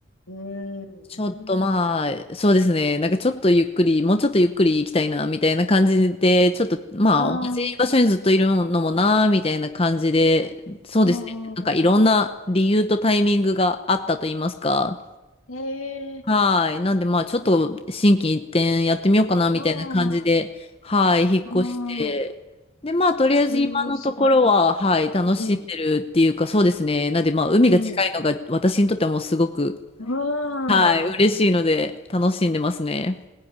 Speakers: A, on the left; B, on the left.
A: うーん、
B: ちょっとまあ、
A: うん。
B: そうですね。なんかちょっとゆっくり、もうちょっとゆっくり行きたいな、みたいな感じで、ちょっとまあ、
A: うん
B: 同じ場所にずっといるのもな、みたいな感じで、そうですね。
A: うんう
B: なんかいろんな理由とタイミングがあったと言いますか。
A: ん。へえ。
B: はい。なんでまあ、ちょっと心機一転やってみようかな、みたいな感じで、
A: うん。
B: はい、引っ越して。
A: うん。
B: で、まあ、とりあえず今のところは、
A: すごい、すごい。
B: はい、楽しんでるっていうか、
A: うん。
B: そうですね。なんでまあ、海が近いのが私にとってはもうすごく、
A: うん。うん。
B: はい、嬉しいので楽しんでますね。